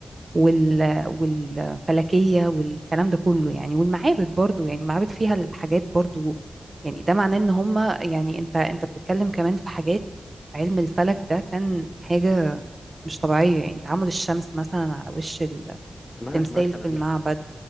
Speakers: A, on the right (about 40°); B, on the left (about 20°).
A: وال... والفلكية والكلام ده كله يعني والمعابد برضو يعني المعابد فيها الحاجات برضو يعني ده معناه ان هم يعني انت انت بتتكلم كمان في حاجات علم الفلك ده كان حاجة مش طبيعية يعني تعامد الشمس مثلا على وش
B: <laughs> ما
A: التمثال
B: مثلا
A: في المعبد